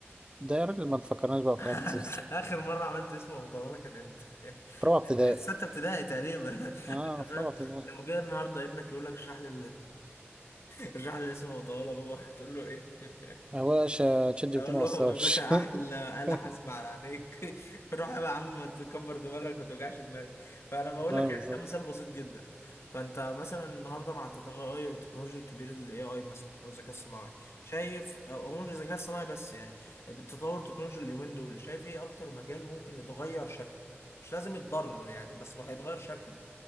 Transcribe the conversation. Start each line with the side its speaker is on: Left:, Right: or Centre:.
Right: ده يا راجل ما تفكرناش بقى
Left: <laughs>
Right: بحاجات في
Left: آخر مرة عملت اسم مطولة كان امتى؟
Right: في
Left: <laughs>
Right: رابعة ابتدائي
Left: ستة ابتدائي تقريبا <laughs>
Right: أه
Left: انت
Right: في
Left: فاهم
Right: رابعة ابتدائي
Left: لو جه النهارده ابنك يقول لك اشرح لي ارجع لي اسمه وطالع بابا هتقول له ايه <laughs>
Right: هو يا باشا تشات جي
Left: اقول
Right: بي تي ما
Left: له
Right: أثرش
Left: يا باشا احلى
Right: <laughs>
Left: آلة حاسبة على عينيك <laughs> روح يا عم تكبر دماغك وما توجعش دماغك فانا بقول
Right: أه
Left: لك يعني
Right: بالظبط
Left: ده مثال بسيط جدا فانت مثلا النهارده مع التغير التكنولوجي الكبير الاي اي مثلا او الذكاء الصناعي شايف أو هو مش الذكاء الصناعي بس يعني بالتطور التكنولوجي اليومين دول شايف ايه اكتر مجال ممكن يتغير شكله مش لازم يتضرر يعني بس ما هيتغير شكله